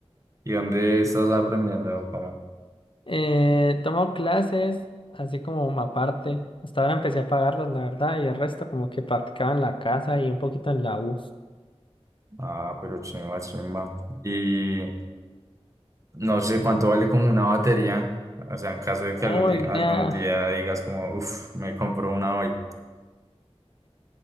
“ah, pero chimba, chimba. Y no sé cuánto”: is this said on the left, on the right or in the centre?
Right